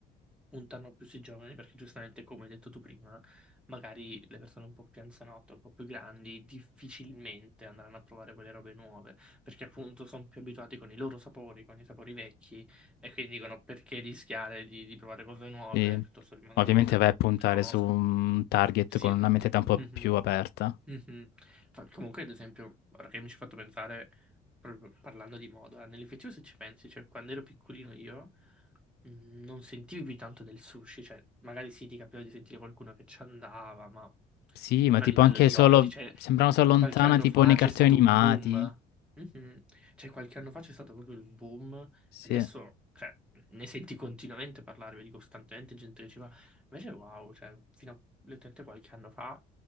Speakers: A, in the centre; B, on the left.
A: puntano più sui giovani, perché giustamente, come hai detto tu prima, magari le persone un po' più anzianotte, un po' più grandi, difficilmente andranno a provare quelle robe nuove, perché appunto sono più abituati con i loro sapori, con i sapori vecchi, e quindi dicono perché rischiare di, di provare cose nuove,
B: E
A: piuttosto rimango
B: ovviamente
A: sulle cose
B: vai a puntare
A: che conosco.
B: su un target
A: Sì,
B: con
A: esatto.
B: una mentalità un po'
A: Mhm,
B: più aperta.
A: mhm. Fa- Comunque, ad esempio, ora che mi ci hai fatto pensare, proprio parlando di moda, nell'effettivo se ci pensi, cioè quando ero piccolino io. Mm, Non sentivi più tanto del sushi, cioè magari sì ti capitava di sentire qualcuno che ci andava, ma
B: Sì,
A: non
B: ma tipo
A: a livello
B: anche
A: di
B: solo,
A: oggi, cioè
B: sembrano solo lontana,
A: qualche anno
B: tipo
A: fa
B: nei cartoni
A: c'è stato
B: animati.
A: un boom, Mhm. Cioè qualche anno fa c'è stato proprio il boom,
B: Sì.
A: adesso cioè, ne senti continuamente parlare, vedi costantemente gente che ci va, invece wow, cioè fino a letteralmente qualche anno fa